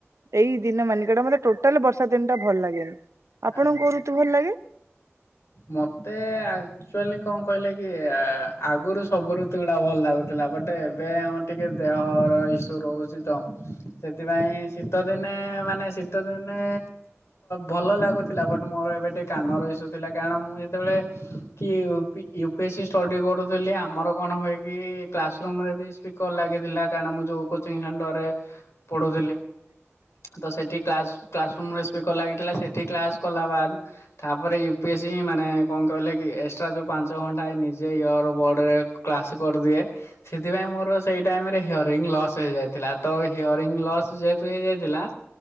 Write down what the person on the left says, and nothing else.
ଆଜ୍ଞା।
ମତେ ଆଚୁଆଲି କଣ କହିଲେ କି ଆଗରୁ ସବୁ ଋତୁ ଗୁଡା ଭଲ ଲାଗୁଥିଲା ବଟ୍ ଏବେ ଟିକେ ଦେହର ଇସୁ ରହୁଛି ତ ସେଥିପାଇଁ ଶୀତ ଦିନେ ମାନେ ଶୀତ ଦିନେ ଭଲ ଲାଗୁଛି। ଥିଲା ବଟ ମୋର ଏବେ ଟିକେ କାନର ଇସୁଥିଲା କାରଣ ମୁଁ ଯେତେବେଳେ କି ୟୁ ପି ଏସ୍ସି ଷ୍ଟଡ଼ି କରୁଥିଲି ଆମର କଣ ହୁଏ କି କ୍ଲାସ ରୁମ ରେ ବି ସ୍ପିକର ଲାଗିଥିଲା କାରଣ ମୁଁ ଯୋଉ କୋଚିଂରେ ସେଣ୍ଟର ରେ ପଢୁଥିଲି ତ ସେଠି କ୍ଲା କ୍ଲାସ ରୁମ ରେ ସ୍ପିକର ଲାଗିଥିଲା ସେଠି କ୍ଲାସ କଲା ବାଦ୍ ତାପରେ ୟୁ ପି ଏ ମାନେ କଣ କହିଲେ କି ଏକ୍ସଟ୍ରା ଯୋଉ ପାଞ୍ଚ ଘଣ୍ଟା ଯେ ଇୟର ବୋର୍ଡରେ କ୍ଲାସ କରିଦିଏ। ସେଥିପାଇଁ ମୋର ସେଇ ଟାଇମ ରେ ହିଅରିଂ ଲସ୍ ହେଇଯାଇଥିଲା ତ ହିଅରିଂ ଲସ୍ ଯେହେତୁ ହେଇଯାଇଥିଲା